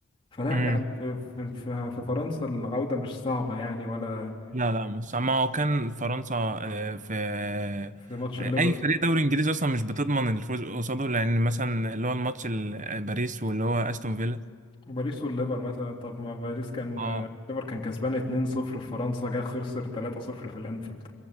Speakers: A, on the left; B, on the right.
A: فلا
B: مم.
A: يعني في في في في فرنسا العودة مش صعبة يعني ولا
B: لا لا مش ما هو كان فرنسا آه، في آه،
A: في ماتش الليفر
B: اي فريق دوري انجليزي اصلا مش بتضمن الفوز قصاده لان مثلا اللي هو الماتش ال- آه، باريس واللي هو استون فيلا
A: وباريس والليفر مثلا طب ما باريس كان
B: اه
A: الليفر كان كسبان 2-0 في فرنسا جه خسر 3-0 في الانفيلد